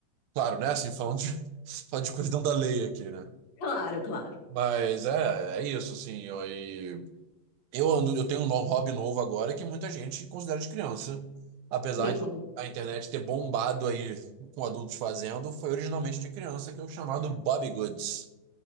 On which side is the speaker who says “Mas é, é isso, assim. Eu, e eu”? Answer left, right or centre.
Right